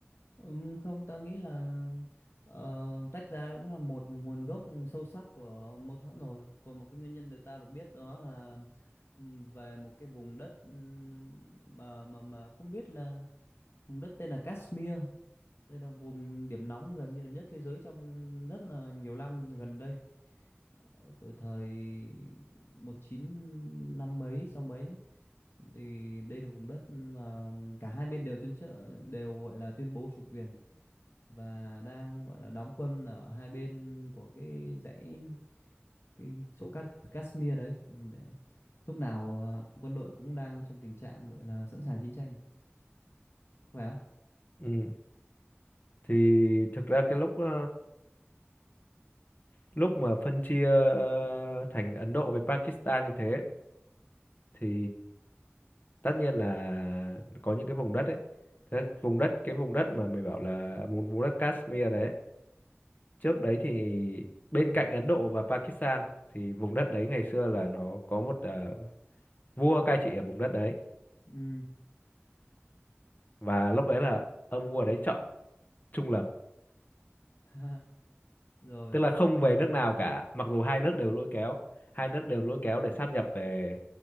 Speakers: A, on the left; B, on the left.
A: Ừm, không tao nghĩ là ờ, tách ra cũng là một nguồn gốc sâu sắc của mâu thuẫn rồi còn một cái nguyên nhân được tao được biết đó là ừm, về một cái vùng đất ừm, mà mà mà không biết là vùng đất tên là Kashmir đây là vùng điểm nóng gần như là nhất thế giới trong rất là nhiều năm gần đây Ờ, từ thời một chín năm mấy sau mấy ấy, thì đây là vùng đất mà cả hai bên đều tuyên trợ đều gọi là tuyên bố chủ quyền và đang gọi là đóng quân ở hai bên của cái dãy cái chỗ Cát Kashmir đấy để lúc nào à, quân đội cũng đang trong tình trạng gọi là sẵn sàng chiến tranh phải không?
B: ừ thì thực ra cái lúc ờ, lúc mà phân chia ờ, thành Ấn Độ với Pakistan như thế thì tất nhiên là có những cái vùng đất ấy thế vùng đất cái vùng đất mà mày bảo là vùng vùng đất Kashmir đấy trước đấy thì bên cạnh Ấn Độ và Pakistan thì vùng đất đấy ngày xưa là nó có một ờ, vua cai trị ở vùng đất đấy
A: Ừ.
B: và lúc đấy là ông vua đấy chọn trung lập
A: <laughs> rồi
B: tức là không về nước nào cả mặc dù hai nước đều lôi kéo hai nước đều lôi kéo để sáp nhập về